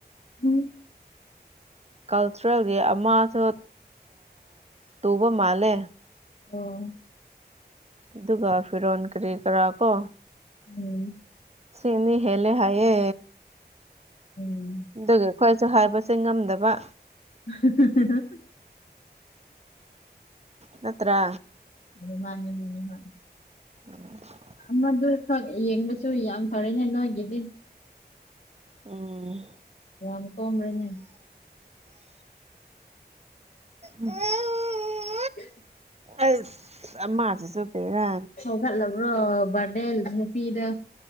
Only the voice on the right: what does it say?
ꯀꯜꯇ꯭ꯔꯥꯒꯤ ꯑꯃꯁꯨ ꯇꯨꯕ ꯃꯥꯜꯂꯦ꯫
ꯑꯗꯨꯒ ꯐꯤꯔꯣꯟ ꯀꯔꯤ ꯀꯔꯥ ꯀꯣ꯫
ꯁꯤꯅꯤ ꯍ‌ꯦꯜꯂ‌ꯦ ꯍꯥꯏꯌꯦ
ꯑꯗꯨꯒ꯫ ꯑꯩꯈꯣꯏꯁꯨ ꯍꯥꯏꯕꯁꯦ ꯉꯝꯗꯕ
ꯅꯠꯇ꯭ꯔ
<unintelligible>
ꯎꯝ꯫
꯫ <inaudible>
ꯑꯩ ꯑꯃꯥꯁꯨ ꯆꯪꯗꯦꯗ꯫